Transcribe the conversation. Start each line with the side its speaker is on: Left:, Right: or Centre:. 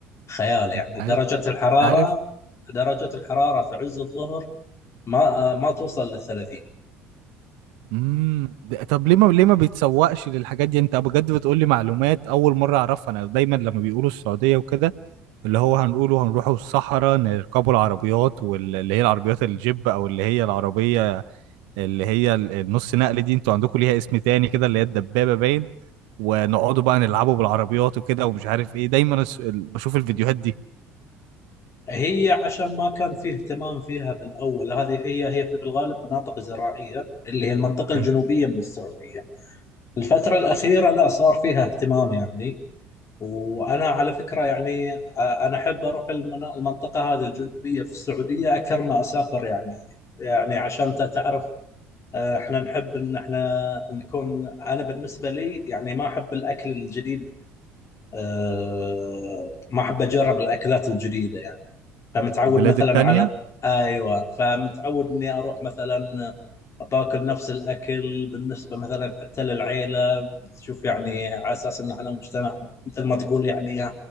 Left: خيال يعني
Right: انت عارف
Left: درجة الحرارة
Right: انت عارف
Left: درجة الحرارة في عز الظهر ما آه، ما توصل للثلاثين
Right: امم ده- طب ليه ما ليه ما بيتسوقش للحاجات دي انت بجد بتقول لي معلومات اول مره اعرفها انا دايما لما بيقولوا السعوديه وكده اللي هو هنقوله هنروحوا الصحراء نركبوا العربيات واللي هي العربيات الجيب او اللي هي العربيه اللي هي ال- النص نقل دي انتوا عندكم ليها اسم تاني كده اللي هي الدبابه باين ونقعدوا بقى نلعبوا بالعربيات وكده ومش عارف ايه دايما أس- ال- بشوف الفيديوهات دي
Left: هي عشان ما كان فيه اهتمام فيها بالأول هذه هي هي في بالغالب مناطق زراعية اللي هي المنطقة الجنوبية
Right: مم.
Left: من السعودية الفترة الأخيرة لا صار فيها اهتمام يعني وأنا على فكرة يعني آه، أنا أحب أروح المنا- المنطقة هذه الجنوبية في السعودية أكثر ما أسافر يعني يعني عشان ت- تعرف آه، احنا نحب ان احنا نكون انا بالنسبه لي يعني ما احب الاكل الجديد آه، ما احب اجرب الاكلات الجديده يعني فمتعود
Right: البلاد
Left: مثلا
Right: التانية
Left: على ايوه فمتعود اني اروح مثلا باكل نفس الاكل بالنسبه مثلا حتى للعيله بتشوف يعني على اساس ان احنا مجتمع مثل ما تقول يعني